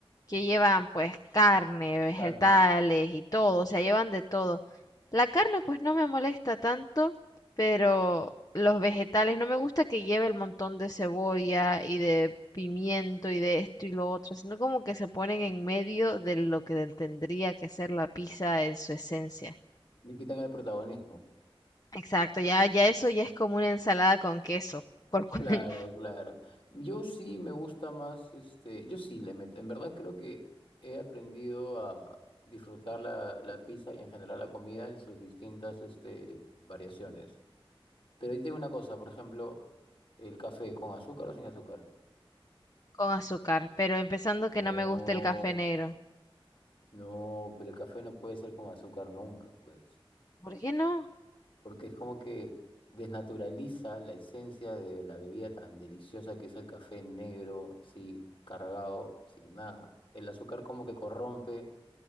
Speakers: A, on the left (about 40°); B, on the left (about 70°).
A: que llevan pues carne, vegetales
B: carne,
A: y todo, o sea, llevan de todo. La carne pues no me molesta tanto, pero los vegetales no me gusta que lleve el montón de cebolla y de pimiento y de esto y lo otro, sino como que se ponen en medio de lo que tendría que ser la pizza en su esencia.
B: le quitan el protagonismo.
A: Exacto, ya, ya eso ya es como una ensalada con queso, por cu-
B: Claro,
A: <laughs>
B: claro. Yo sí me gusta más, este, yo sí le meto, en verdad creo que he aprendido a disfrutar la, la pizza y en general la comida en sus distintas, este, variaciones. Pero yo tengo una cosa, por ejemplo, el café, ¿con azúcar o sin azúcar?
A: con azúcar, pero empezando que
B: Oh,
A: no me gusta el café negro.
B: no, pero el café no puede ser con azúcar nunca, pues.
A: ¿Por qué no?
B: porque es como que desnaturaliza la esencia de la bebida tan deliciosa que es el café negro, así cargado, sin nada. El azúcar como que corrompe